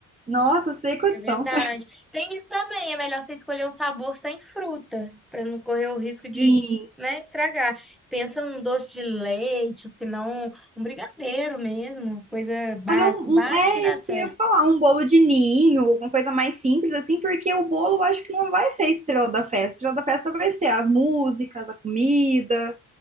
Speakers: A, on the right; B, in the centre.
A: Nossa, sem condição.
B: É verdade. Tem isso também, é melhor você escolher um sabor sem fruta, para não correr o risco de,
A: Sim,
B: né, estragar. Pensa num doce de leite, ou se não, um brigadeiro mesmo, coisa básica,
A: Fazer um,
B: básica
A: um- é
B: que dá
A: isso
B: certo.
A: que eu ia falar, um bolo de ninho, alguma coisa mais simples assim, porque o bolo eu acho que não vai ser a estrela da festa. A estrela da festa vai ser as músicas, a comida.